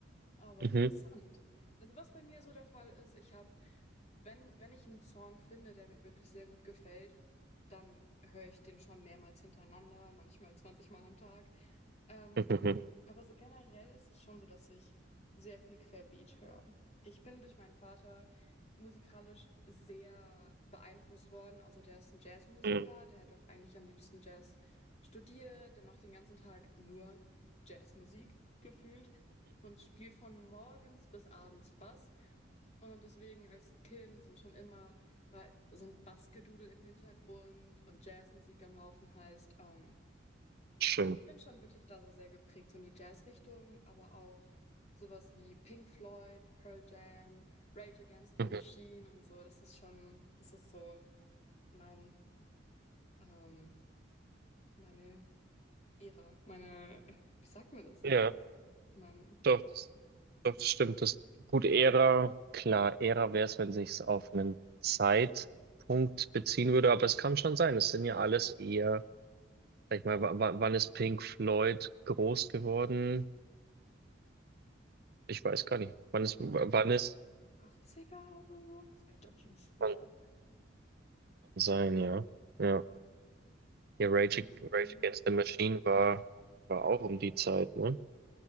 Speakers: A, on the left; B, on the right.
A: Aber
B: Mhm.
A: interessant. Also was bei mir so der Fall ist, ich habe, wenn, wenn ich einen Song finde, der mir wirklich sehr gut gefällt, dann höre ich den schon mehrmals hintereinander, manchmal 20 Mal am Tag. Ähm,
B: Mhm.
A: aber so generell ist es schon so, dass ich sehr viel Querbeet höre. Ich bin durch meinen Vater musikalisch sehr beeinflusst worden. Also der ist ein Jazzmusiker,
B: Mhm.
A: der hat auch eigentlich am liebsten Jazz studiert, der macht den ganzen Tag nur Jazzmusik gefühlt und spielt von morgens bis abends Bass. Und deswegen als Kind so schon immer war so ein Bassgedudel im Hintergrund und Jazzmusik am Laufen heißt, ähm,
B: Schön.
A: bin schon wirklich da so sehr geprägt, so in die Jazzrichtung, aber auch sowas wie Pink Floyd, Pearl Jam, Rage Against the
B: Mhm.
A: Machine und so. Das ist schon, das ist so mein, ähm, meine Ära, meine, <laughs> wie sagt man das
B: Ja,
A: denn? Mein,
B: doch, das, doch, das stimmt. Das, gut, Ära, klar, Ära wäre es, wenn sich's auf einen Zeitpunkt beziehen würde, aber es kann schon sein. Es sind ja alles eher, sag ich mal, wa- wa- wann ist Pink Floyd groß geworden? Ich weiß gar nicht, wann
A: denk
B: es,
A: mal,
B: wann es
A: Achtziger oder so? Vielleicht auch schon früher.
B: kann
A: Keine Ahnung.
B: sein, ja. Ja, ja
A: Weiß
B: Rage,
A: ich auch nicht
B: Ag-
A: so genau.
B: Rage Against the Machine war, war auch um die Zeit, ne?